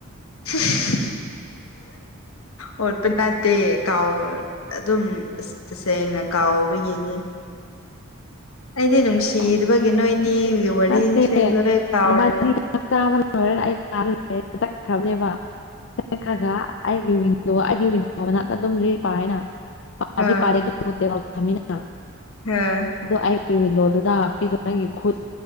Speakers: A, on the left; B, on the left.
A: <unintelligible> ꯑꯣꯠꯄ ꯅꯠꯇꯦ ꯀꯥꯎꯕ ꯑꯗꯨꯝ ꯇꯁꯦꯡꯅ ꯀꯥꯎꯕ ꯌꯦꯡꯉꯤ ꯑꯩꯗꯤ ꯅꯨꯡꯁꯤꯗꯕꯒꯤ
B: ꯀꯥꯎꯔꯝꯅꯤ
A: ꯅꯣꯏ ꯅꯤꯒꯤ ꯋꯥꯔꯤꯁꯦ
B: ꯅꯠꯇꯦ
A: ꯂꯣꯏ ꯀꯥꯎꯔꯦꯗ
B: ꯅꯕꯥꯅꯤ ꯆꯥꯛ ꯆꯥꯕ ꯂꯣꯏꯔꯒ ꯑꯩ <unintelligible> ꯆꯥꯠꯈ꯭ꯔꯒ <unintelligible> ꯑꯩꯒꯤ ꯋꯤꯟꯗꯣ ꯑꯩꯒꯤ ꯋꯤꯟꯗꯣ ꯃꯅꯥꯛꯇ ꯑꯗꯨꯝ ꯂꯩꯔꯤꯛ ꯄꯥꯏꯑꯦꯅ ꯄꯥꯗꯤ
A: ꯍꯣꯏ
B: ꯄꯗꯦ <unintelligible>
A: <unintelligible>
B: ꯑꯗꯣ ꯑꯩꯒꯤ ꯋꯤꯟꯗꯣꯗꯨꯗ ꯍꯥꯄꯤꯗꯣ ꯅꯪꯒꯤ ꯈꯨꯠ